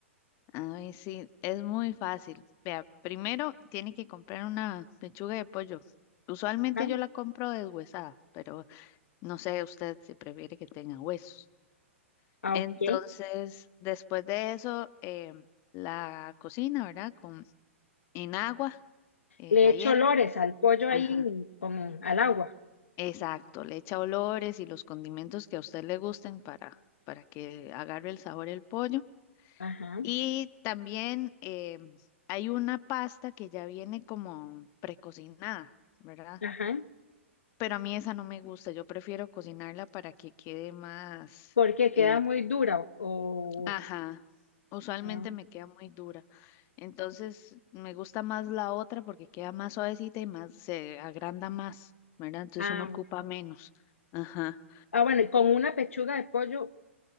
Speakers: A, on the left; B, on the left.
A: A ver, sí, es muy fácil. Vea, primero tiene que comprar una pechuga de pollo. Usualmente
B: Ah,
A: yo la compro deshuesada, pero no sé usted si prefiere que tenga huesos.
B: ah,
A: Entonces,
B: ok.
A: después de eso, eh, la cocina, ¿verdad? Con, en agua, eh,
B: Le
A: la
B: echo
A: hierve.
B: olores al pollo
A: Ajá.
B: ahí con, al agua.
A: Exacto, le echa olores y los condimentos que a usted le gusten para, para que agarre el sabor el pollo.
B: Ajá,
A: Y también eh, hay una pasta que ya viene como precocinada, ¿verdad?
B: ajá.
A: Pero a mí esa no me gusta, yo prefiero cocinarla para que quede más,
B: Porque queda
A: eh,
B: muy dura o,
A: ajá,
B: o-
A: usualmente
B: ah,
A: me queda muy dura. Entonces me gusta más la otra porque queda más suavecita y más, se agranda más, ¿verdad? Entonces
B: ah,
A: uno ocupa
B: bueno.
A: menos. Ajá.
B: ah, bueno, y con una pechuga de pollo,